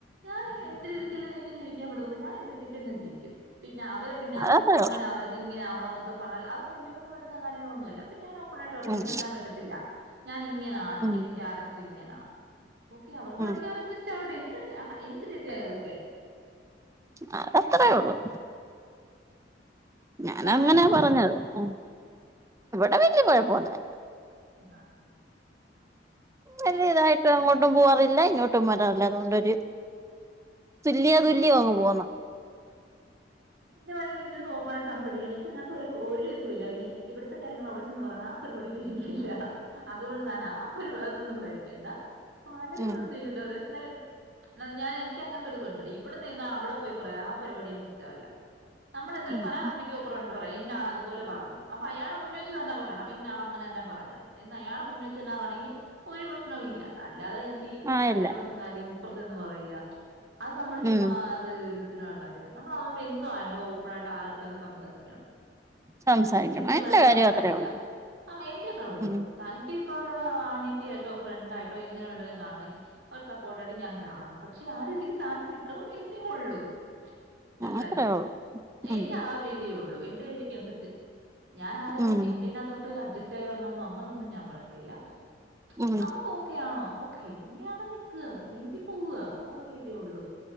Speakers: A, on the right (about 75°); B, on the right (about 15°).
A: ഞാന് എന്റെ രീതിക്കല്ലാം എനിക്ക് ജീവിക്കാൻ പറ്റത്തൊള്ളൂ. ഞൻ എന്റെ രീതിക്കങ് ജീവിക്കും. പിന്നെ അവര് പിന്നെ
B: അതത്രേ
A: അങ്ങനെ
B: ഉള്ളൂ
A: ആവരുത് ഇങ്ങനെ ആവാം എന്നൊക്കെ പറഞ്ഞാൽ അതൊന്നും എന്നെകൊണ്ട് പറ്റുന്ന കാര്യങ്ങളൊന്നുമല്ല ഇപ്പം ഞാൻ ഓപ്പണായിട്ട് പറയും
B: ഉം
A: എനിക്ക് അങ്ങനെ പറ്റത്തില്ല ഞാൻ ഇങ്ങനെയാണ്.
B: ഉം
A: എന്റെ കാരറ്റർ ഇങ്ങനെയാണ്. ഓക്കെ അവർക്ക് വേണമെങ്കിൽ
B: ഉം
A: അവർ അഡ്ജസ്റ്റ് ആവട്ടെ. ആ എന്റെ രീതിയാണ് ഇതൊക്കെ
B: അ അത്രേയൊള്ളൂ. ഞാന്
A: പിന്നെ അവിടെ
B: അങ്ങനയാപറഞ്ഞത്.
A: എങ്ങനെയുണ്ട്
B: ഓ ഇവിടെ വലിയ കൊയപ്പൊന്നുല്ല.
A: ആഹ <unintelligible>
B: വലിയതായിട്ട് അങ്ങോട്ടും പോവാറില്ല. ഇങ്ങോട്ടും വരാറില്ല. അതുകൊണ്ടൊര് തുല്യോ
A: ആഹ്
B: തുല്യോ
A: ആഹ്
B: ആവോ എന്ന്
A: <unintelligible> എന്റടുത്തു ഓപ്പണായിട്ട് സംസാരിച്ചേ നീ എനിക്ക് അങ്ങനത്തെ ഒരു ഒരു ഇതുല്ല പിന്നെ ഇവിടുത്തെ കാര്യങ്ങൾ അവിടെ ചെന്ന് പറയുന്ന ആ പരിപാടി എനിക്കില്ല. അതുകൊണ്ട് തൻ ആ പരു അതൊന്നും പേടിക്കണ്ട പലരും
B: ഉം
A: വന്നു <unintelligible> എന്ന ഞാൻ എനിക്ക് അങ്ങനെത്തെയൊരുത്തുണ്ട്. ഇവിടെ നിന്നാ അവിടെ പോയി പറയാ ആ പരിപാടി എനിക്ക് ഇഷ്ട്ടമല്ല. നമ്മൾ എന്തേലും
B: ഉം
A: പറയാനുണ്ടാകിൽ ഓപ്പറേയിട്ട് പറയാം ഇന്നായാൽ അത് അതുപോലെ പറഞ്ഞു അപ്പോ അയാളുടെ മുന്നിൽ വെച്ചുതെന്നെ പറയണം ഇന്നായാൽ അങ്ങനതെന്നെ പറഞ്ഞത് എന്ന് അയാളുടെ മുന്നിൽ വെച്ച്തെന്നെ പറയങ്കിൽ ഒരു പ്രേശ്നവുമില്ല അല്ലാതെ ചെന്നിട്ട് എന്നിട്ട് ഈ
B: ആ
A: അയാള്
B: ഇല്ല
A: പറഞ്ഞകാര്യം ഇപ്പറത്ത് ചെന്നുപറയും യാ അത് നമ്മള് ചുമ്മാ
B: ഉം
A: അത് ഒരു ഇതിനുള്ളകാര്യ നമ്മൾ അതുകൊണ്ട്. എന്തുണല്ലേ ഓപ്പൺആയിട്ട് ആരാടുതല്ലും സംസാരിക്കണം.
B: സംസാരിക്കണം
A: എന്റെ അടുത്ത് എനിക്ക് എന്തു
B: അയിന്റെ
A: വേണേലും
B: കാര്യം
A: സംസാരിക്കാം.
B: അത്രേ ഉള്ളൂ
A: ആ എനിക്ക്ത്രേഉള്ളൂ.
B: ഉം
A: തനിക്ക് ഇപ്പോ ആനിയത്തി ഏ ട്ടോ ഫ്രണ്ടായിട്ടോ അങ്ങനെ വേണങ്കിലും കാണും. ഒരു സപ്പോർട്ടായിട്ട് ഞാൻ കാണും. പക്ഷെ ആ രീതിക്ക് താനും നിക്കണം എന്നേ ഉള്ളൂ മനസിലായോ
B: അത്രേ ഉള്ളൂ
A: എനിക്ക്
B: ഉം
A: ആ രീതിയ ഉള്ളു. എന്റെ രീതിക്കനുസരിച് ഞാൻ ആരേം
B: ഉം
A: എന്റേന തോട്ട് അഡ്സ്റ്റ് ആയി വരണമെന്നോ. അങ്ങനൊന്നും ഞാൻ പറയത്തില്ല.
B: ഉം
A: നമ്മുക്ക് ഓക്കെ ആണോ. ഓ എങ്ങനാണേ നിക്ക ല്ലെകിൽ പോവാ ആഒരേതുള്ളു